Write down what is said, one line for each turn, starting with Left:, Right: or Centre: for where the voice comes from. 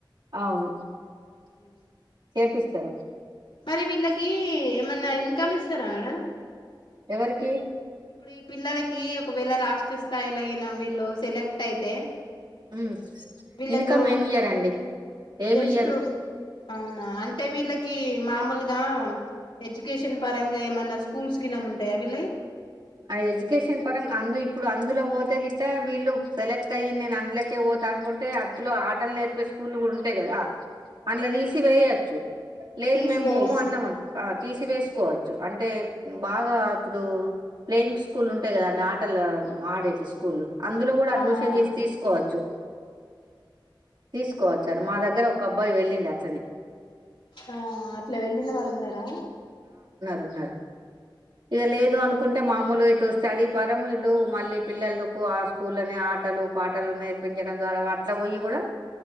Right: అవును
Left: హు
Right: చేపిస్తరు
Left: మరి వీళ్ళకి ఏమన్నా ఇన్కమ్ ఇస్తారా మేడం
Right: ఎవరికి
Left: ఇప్పుడు ఈ పిల్లలకి ఒకవేళ రాష్ట్ర స్థాయిలో యినా వీళ్ళు సెలెక్ట్ అయితే
Right: హ్మ్
Left: వీళ్ళకు
Right: ఇన్కమ్ ఏమి ఇయ్యరండి ఏమి
Left: జస్ట్
Right: ఇయ్యరు
Left: అవునా అంటే వీళ్ళ కి మామూలుగా ఎడ్యుకేషన్ పరంగా ఏమన్నా స్కూల్స్ గీనం ఉంటాయా వీళ్ళయి
Right: ఆ ఎడ్యుకేషన్ పరంగ్ అందు ఇప్పుడు అందులో పోతే గిట్ట, వీళ్ళు సెలెక్ట్ అయ్యి నేను అందులకే పోతా అనుకుంటే అందులో ఆటలు నే స్కూల్ కూడా ఉంటాయి కదా, అందులో తీసి వేయచ్చు లేదు
Left: తీసివేయొచ్చు
Right: మేము బోము అన్నాం అనుకో ఆ తీసివేస్ కోవచ్చు అంటే బాగా ఇప్పుడు ప్లేయింగ్ స్కూల్ల్ ఉంటాయి కదా అండి ఆటలు ఆడేటివి స్కూల్ల్ అందులో కూడా
Left: ఆ
Right: అడ్మిషన్
Left: ఆ
Right: చేసి తీసుకోవచ్చు తీసుకోవచ్చారు మా దగ్గర ఒక అబ్బాయి వెళ్ళిండు అట్లనే
Left: ఆ అట్లా వెళ్ళిన వాళ్ళు ఉన్నారా
Right: తున్నార్ ఇక లేదు అనుకున్ అంటే మామూలు గా ఇటు స్టడీ పరం ఇటు మళ్ళీ పిల్లల్ దు కు ఆ స్కూల్నే ఆటలు పాటలు నేర్పించడం ద్వారా అట్ల పోయి కూడా